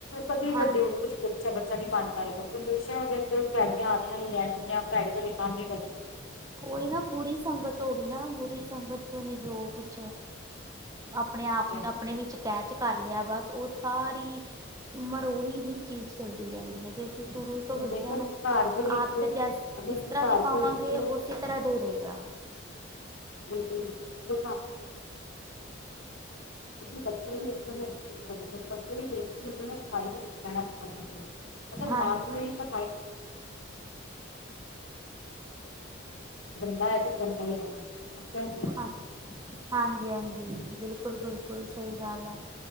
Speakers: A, on the left (about 85°); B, on the right (about 15°).
A: ਕਦੇ
B: ਹਾਂ
A: ਵੱਡੇ ਹੋ ਕੇ ਅੱਛਾ ਬੱਚਾ ਬੱਚਾ ਨਹੀ ਬਣ ਪਾਏਗਾ। ਹਮੇਸ਼ਾ ਉਹਦੇ ਅੱਗੇ ਪੈੜੀਆਂ ਆਦਤਾਂ ਹੀ ਰਹਿਣ ਰਹਿਣਗੀਆਂ ਭੈੜੇ-ਭੈੜੇ ਕੰਮ ਹੀ ਕਰਦੇ।
B: ਕੋਈ ਨਾ ਬੁਰੀ ਸੰਗਤ ਹੋ ਗਈ ਨਾ ਬੁਰੀ ਸੰਗਤ ਚ ਉਹਨੇ ਜੋ ਕੁਛ ਆਪਣੇ ਆਪ ਨੂੰ
A: ਹਾਂਜੀ
B: ਆਪਣੇ ਵਿੱਚ ਕੈਚ ਕਰ ਲਿਆ। ਬਸ ਉਹ ਸਾਰੀ ਉਮਰ ਉਹੀ ਹੀ ਚੀਜ਼ ਚੱਲਦੀ ਰਹਿੰਦੀ ਹੈ। ਜ ਸ਼ੁਰੂ ਤੋਂ ਬੱਚਿਆਂ
A: ਦੇਖੋ
B: ਨੂੰ
A: ਘਰ ਦੇ ਵਿੱਚ
B: ਆਦਤ ਜਿਸ
A: ਅਗਰ ਅਸੀਂ
B: ਤਰ੍ਹਾਂ
A: ਘਰ
B: ਦੀ ਪਾਵਾਂਗੇ
A: ਦੇ ਵਿੱਚ
B: ਉਸੇ ਤਰ੍ਹਾਂ ਦੇ ਹੀ ਰਹੇਗਾ।
A: ਬਿਲਕੁਲ <unintelligible> ਬਿਲਕੁਲ ਬੱਚੇ ਵੀ ਇਸ ਤਰ੍ਹਾਂ ਚੇ ਬੱਚੇ ਵੀ ਦੇਖ ਕੇ ਨੇ ਜਮਾਂ ਸਫਾਈ ਦੇ ਵਿੱਚ ਬਹਿਣਾ। ਮ ਮਤ ਅਗਰ
B: ਹਾਂਜੀ
A: ਮਾਂ ਪਿਉ ਇਹ ਸਭ <unintelligible> ਬੰਦਾ ਹੈ ਤੇ ਬੰਦਾ ਹੀ ਰਹਿਣ
B: ਹਾਂ ਹਾਂਜੀ -ਹਾਂਜੀ ਬਿਲਕੁਲ -ਬਿਲਕੁਲ ਸਹੀ ਗੱਲ ਹੈ।